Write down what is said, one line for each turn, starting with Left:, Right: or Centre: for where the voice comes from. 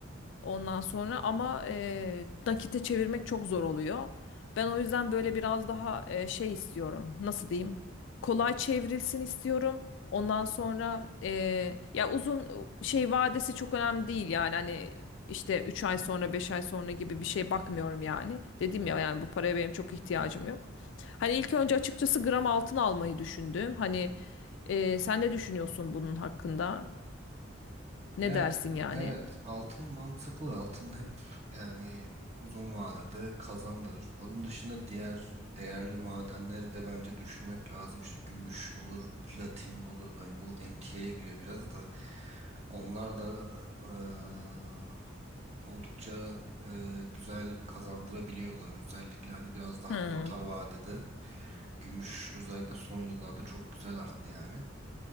Left: Ondan sonra ama e, nakite çevirmek çok zor oluyor. Ben o yüzden böyle biraz daha e, şey istiyorum. Nasıl diyeyim? Kolay çevrilsin istiyorum. Ondan sonra e, ya uzun e, şey vadesi çok önemli değil yani hani işte 3 ay sonra 5 ay sonra gibi bir şey bakmıyorum yani. Dedim ya yani bu paraya benim çok ihtiyacım yok. Hani ilk önce açıkçası gram altın almayı düşündüm. Hani e, sen ne düşünüyorsun bunun hakkında? Ne
Right: Ya
Left: dersin yani?
Right: evet altın mantıklı altın hep yani uzun vadede kazandırır. Onun dışında diğer değerli madenleri de bence düşünmek lazım. İşte gümüş olur, platin olur. Hani bu MTA'ya giriyor biraz da. Onlar da eee, oldukça eee, güzel kazandırabiliyorlar. Özellikle hani biraz daha
Left: Hmm.
Right: orta vadede gümüş özellikle son yıllarda çok güzel arttı yani.